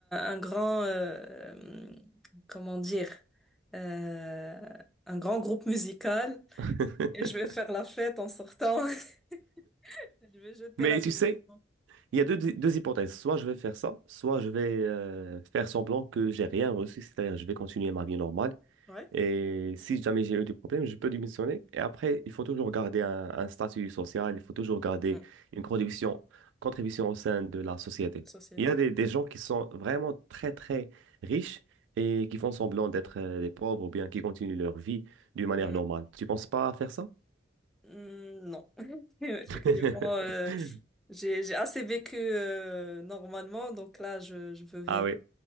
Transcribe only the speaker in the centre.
un grand, euh, comment dire, euh, un grand groupe musical
et je vais faire la fête en sortant. <laughs> Je vais jeter
la démission.
Ouais,
Mm.
Société.
Mm.
Mm, non, <laughs> effectivement,
euh, j'ai, j'ai assez vécu euh, normalement, donc là, je, je veux vivre.